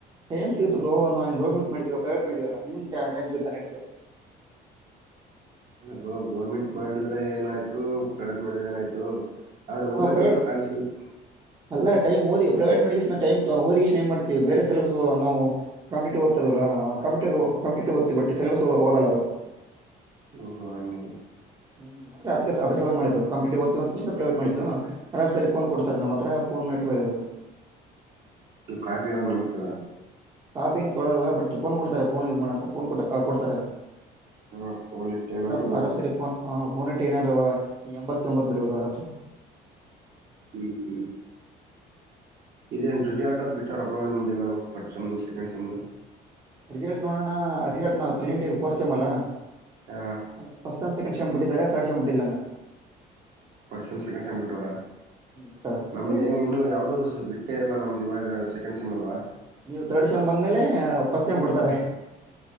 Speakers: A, on the right; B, on the right.
A: ಟೈಮ್ ಸಿಗುತ್ತತ್ ಬ್ರೋ ನಾ ಗೌರ್ಮೆಂಟ್ ಮಾಡಿದೀವ ಪ್ರೈವೇಟ್ ಮಾಡಿದೀವಲ್ಲ ನಿಮ ಟೈಮ್ ಸಿಗುತ್ತ ನಡತೆೆ
B: ಇಲ್ಲ ಬ್ರೋ ಗೋರ್ಮೆಂಟ್ ಮಾಡಿದ್ರೆ ಏನಾಯ್ತು ಪ್ರೈವೇಟ್ ಮಾಡಿದ್ರೆ ಏನಾಯ್ತು ಆದ್ರೆ
A: <unintelligible>
B: ಓದಕ್ಕಂತೂ ಟೈಮ್ ಸಿಗುತ್ತೆ.
A: ಎಲ್ಲ ಟೈಮ ಮೋದ ಪ್ರೈವೇಟ್ ಮೇ ಮ್ ಓದಿ ಏ ಮಾಡತ ಬೇರೆ ಸಿಲೆಸ್ ನಾವು ಕಂಟಿವ್ಓದ್ತದಂ ಕಂ ಓ ಬಟ್ ಸಿಲೆಸ್ಓದಲ್ಲ ಅದು
B: ಹ ಹಾಗ
A: ಹ್ಮ್ ಅ್ರ ಅದಕ್ಕೆ ಅದ್ರ ಸಲ ಮಾಡಿದ್ದವು ಕ್ಯಾಂಪೈದಿತ್ ಇ ಪ್ರೈವೇಟ್ ಮಾಡಿದ್ದು ಆರಾಮ್ಸರಿ ಫೋನ್ ಕೊಡ್ತಾರೆ ನಮ್ಮ ಹತ್ರ ಫೋನ್ ನಟ್ಟ ಬರೋದು
B: ಇ ಕಾಫಿ ಎಲ್ಲ ನಡಸ್ತಾರ
A: ಕಾಪಿ ಏನ್ ಕೊಡೋದಿಲ್ಲ ಬಟ್ ಫೋನ್ ಕೊಡ್ತಾರೆ ಫೋನ್ ಯೂಸ್ ಮಾಡಂತ ಫೋನ್ ಕೊ ಕೊಡ್ತಾರೆ
B: ಹಾ ಫೋನ್ ಇಟ್ಟೇನಾದ್ರೂ
A: ಆರಾಮ
B: ಬರೆಯೋದು.
A: ಆರಾಮ್ ಸರಿ ಹ ಪನಟನ ನೀ ಎಂಬತ್ ಎಂಬತ್ ಬರಬದು ಆರಾಮ್ಸ
B: ಹ್ಮ್ ಹ್ಮ್ ಇದೇನ್ ರಿಸಜಲ್ಟ್ ಅದ್ ಬಿಟ್ಟಾರಬ್ರ ನಿಮ್ದಲ್ಲ ಫಟ್ ಮ್ ಸೆಕಂಡ್ ಚೆಮ್ದ
A: ರಿಸಲ್ಟ್ ನೋಡ ರಿಸಲ್ಟ್ ನಾ ಪ್ರೆಸೆಂಟ್ಫೋರ್ಚ್ಮ್ಮಲ್ಲಾ
B: ಹಾ
A: <unintelligible> ಫಸ್ಟ್ ಸೇಮ್ ಸೆಕಂಡ್ ಶಮ್ ಬಿಟ್ಟಿದಿದ್ದಾರೆಾರೆ ಆಥರ್ಡ್ ಶಮ್ ಬಿಟ್ಟಿಲ್ಲಾನ
B: ಪರಿಶಂಸಕೊಂಡ ಸಂಮ ಬಿಟ್ಟೋರಾ
A: ಬಿಟ್ಟಾರ ಅಂದ್ರೆ
B: ನಮ್ದೇನ ಇನ್ನು ಯಾವ್ದು ಬಿಟ್ಟ ಷ್ಟ ಅಲ್ಲ ನಮ್ದ ಇವಾಗ ಸೆಕೆಂಡ್ ಸೆಮ ಅಲ್ವಾ
A: ನೀವು ದೊಡ್ ಶಮ ಬಂದ್ಮೇಲೆ ಉಪಸ್ನೆ ಬಿಡ್ತಾರೆ